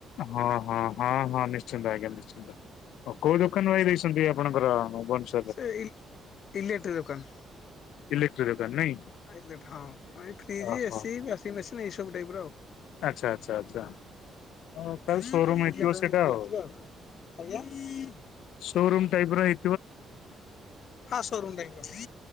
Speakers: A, on the left; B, on the left.
A: ହଁ- ହଁ। ହଁ- ହଁ ନିଶ୍ଚିନ୍ତ ଆଜ୍ଞା ନିଶ୍ଚିନ୍ତ। ଆଉ କୋଉ ଦୋକାନ ଭାଇ ଦେଇଛନ୍ତି, ଆପଣଙ୍କର ଭୁବନେଶ୍ୱର
B: ସେଇ ଇଲେକ୍ଟ୍ରି ଦୋକାନ।
A: ଇଲେକ୍ଟ୍ରି ଦୋକାନ ନାଇଁ।
B: ଆ ହଁ ଏଇ ଫ୍ରିଜ୍,
A: ଓହୋ
B: ଏସି, ୱାସିଂ ମେସିନ୍, ଏଇ ସବୁ ଟାଇପର ଆଉ।
A: ଆଚ୍ଛା ଆଚ୍ଛା ଆଚ୍ଛା। ଅ
B: <inaudible>
A: ତାହେଲେ ସୋରୁମ ହେଇଥିବ
B: ଏତିକ
A: ସେଇଟା ଆଉ।
B: ଆଉ ଆଜ୍ଞା।
A: ସୋରୁମ୍ ଟାଇପର ହେଇ
B: ହଁ ସୋରୁମ ଟାଇପର।